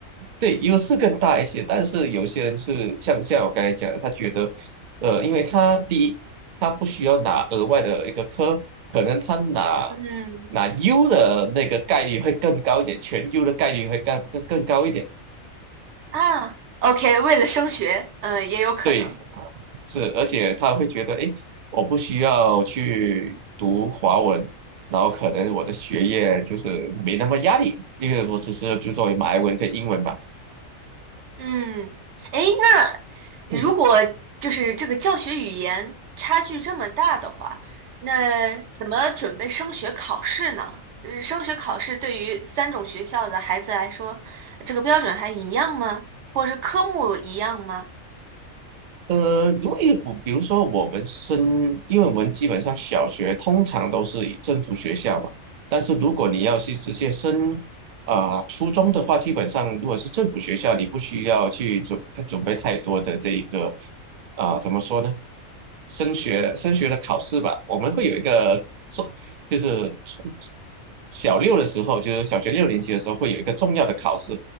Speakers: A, on the right; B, on the right.
A: 对，优势更大一些，但是有些人是像像我刚才讲的，他觉得，呃，因为他第一，他不需要拿额外的一个科，可能他拿
B: 嗯
A: 拿 U 的那个概率会更高一点，全优的概率会更更更高一点。
B: 啊，OK，为了升学，嗯、也有可能。
A: 对，是，而且他会觉得，哎，我不需要去读华文，然后可能我的学业就是没那么压力，因为我只是就作为马来文跟英文嘛。
B: 嗯，哎。如果就是这个教学语言差距这么大的话，
A: <laughs>
B: 那怎么准备升学考试呢？呃升学考试对于三种学校的孩子来说，这个标准还一样吗？或者是科目一样吗？
A: 呃，因为我比如说我们升，因为我们基本上小学通常都是以政府学校嘛，但是如果你要去直接升啊、初中的话，基本上如果是政府学校，你不需要去准准备太多的这一个啊、怎么说呢？升学升学的考试吧，我们会有一个重，就是初小六的时候，就是小学六年级的时候会有一个重要的考试，